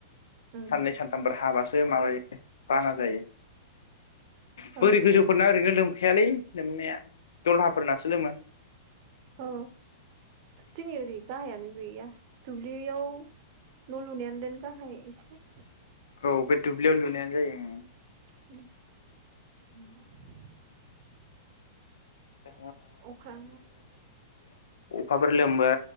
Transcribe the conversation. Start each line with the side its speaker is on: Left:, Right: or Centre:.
Right: उम
Left: साननै सानथामफोर हाबासो माबायो बाना जायो। बोरै
Right: औ
Left: गोजौफोरना ओरैनो लोम खायालै लोमनाया दलहाफोरनासो लोमो।
Right: औ जोंनि ओरै गाहायानो गै या दुब्लियाव न' लुनायानो देन गाहाय एसे
Left: औ दुब्लियाव लुनायानो जायो ओं
Right: <unintelligible>
Left: <unintelligible>
Right: अख्रां
Left: अखाफोर लोमबा